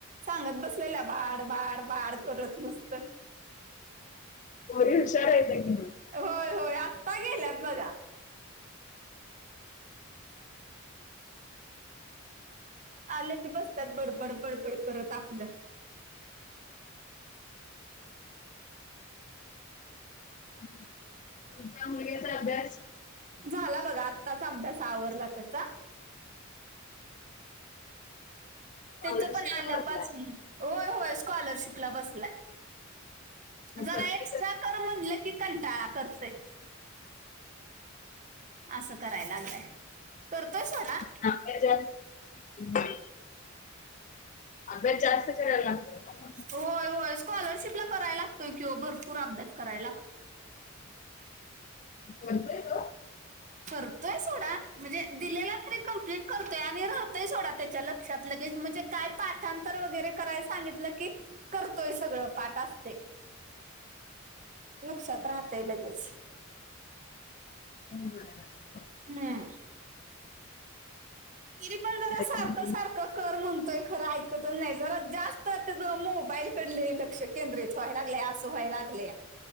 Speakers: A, on the right; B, on the left.
A: सांगत बसलेल्या, भाड-भाड-भाड करत नुसत.
B: पोरीं हुशार कि मग.
A: होय-होय आत्ता गेल्यात बघा. आल्या की बस्त्यात बडबड बडबड करत आपलं.
B: आणि तुमच्या मुलग्याचा अभ्यास?
A: झाला बघा आत्ताच अभ्यास आवरला त्याचा.
B: स्कॉलरशिपला
A: त्याच पण आल्यापासून
B: बसलाय.
A: होय-होय स्कॉलरशिपला बसलाय,
B: मग
A: जरा
B: करतोय
A: एक्स्ट्रा
B: तर
A: कर म्हटलं की, कंटाळा करतय. असं कराय लागलाय, करतो सोडा.
B: ज <unintelligible> अभ्यास जास्त करायला लागतो.
A: होय-होय स्कॉलरशिपला करायला लागतोय किं ओ भरपूर अभ्यास कराय लाग
B: करतोय तो?
A: करतोय सोडा म्हणजे दिलेला तरी कम्प्लीट करतोय आणि राहतोय सोडा त्याच्या लक क्षात लगेच म्हणजे काय पाठांतर वगैरे कराय सांगितलं की करतोय सगळं पाठ असतय. लक्षात राहतय लगेच.
B: हो बर बर.
A: हम्. तरी पण जरा
B: नाहीतर
A: सारखं-सारखं
B: मग
A: कर म्हणतोय खरं, ऐकतच नाही जरा जास्त तेच मोबाईल कड लई लक्ष केंद्रित व्हाय लागलय, असं व्हाय लागलया.